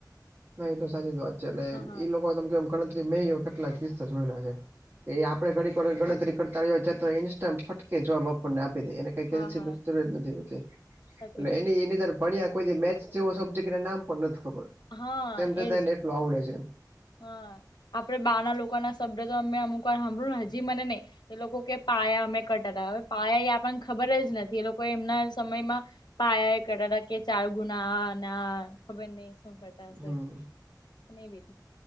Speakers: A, on the right; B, on the left.
A: ના એ તો સાચીજ વાત છે, એટલે
B: હા હા
A: ઈ લોકો તમકે ગણતરી મેઈ કેટલા કિસ્સા જોયેલા છે. એ આપડે ઘડીખર ગણતરી કરતા રહ્યો, ચાતો ઇન્સ્ટટ, ફટકે જવાબ આપણને આપી દે એને કઈ કેલસી
B: હા હા
A: બીજી જરૂરીયાત નથી હોતી,
B: સાચી
A: ને
B: વાત
A: એની એનીર ભણ્યા કોઈદિ મેચ જેવો સબ્જેક્ટ એના નામ પણ નથી ખબર,
B: હા
A: તો એમ જતાને
B: એજ
A: એટલો આવડે છે એમ,
B: હા, આપડે બા ના લોકોના શબ્દ તો અમે અમુક વાર હાંભડુંને હજી મને નહી એ લોકો કે પાયા અમે કટાતા, હવે પાયા એ આપણને ખબર જ નથી, એ લોકો એમના સમયમાં પાયા એ કટાતા, કે ચાર ગુણા આ ના આ ખબર નહી શું કરતા હશે,
A: હમ
B: અને બી